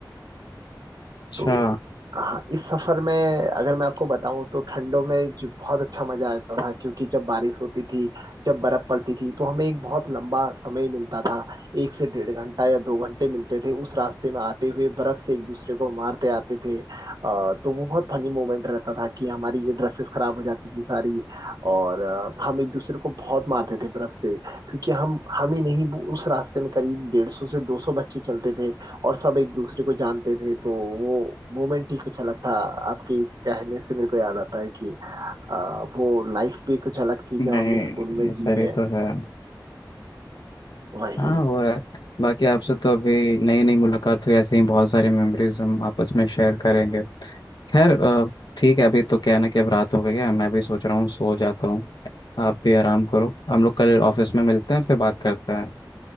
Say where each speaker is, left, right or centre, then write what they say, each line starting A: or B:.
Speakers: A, on the left; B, on the right.
A: अच्छा
B: तो हाँ इस सफर में अगर मैं आपको बताऊं तो ठंडों में जो बहुत अच्छा मजा आता था क्योंकि जब बारिश होती थी जब बर्फ पड़ती थी तो हमें एक बहुत लंबा समय मिलता था एक से डेढ़ घंटा या दो घंटे मिलते थे उस रास्ते में आते हुए बर्फ से एक दूसरे को मारते आते थे अ, तो वो बहुत फनी मोमेंट रहता था कि हमारी ये ड्रेसेस खराब हो जाती थी सारी और अ, हम एक दूसरे को बहुत मारते थे बर्फ से क्योंकि हम हम ही नहीं वो उस रास्ते में करीब डेढ़ सौ से दो सौ बच्चे चलते थे और सब एक दूसरे को जानते थे तो वो मोमेंट ही कुछ अलग था आपके इस कहने से मेरे को याद आता है कि आ, वो लाइफ भी कुछ अलग थी
A: नहीं
B: जब हमने स्कूल में
A: ये
B: जी
A: सही
B: है
A: तो है
B: वही
A: हाँ वो है बाकी आपसे तो अभी नई नई मुलाकात हुई ऐसे ही बहुत सारी मेमोरीज हम आपस में शेयर करेंगे खैर अ, ठीक है अभी तो क्या है ना कि अब रात हो गई है मैं भी सोच रहा हूँ सो जाता हूँ आप भी आराम करो हम लोग कल ऑफिस में मिलते हैं फिर बात करते हैं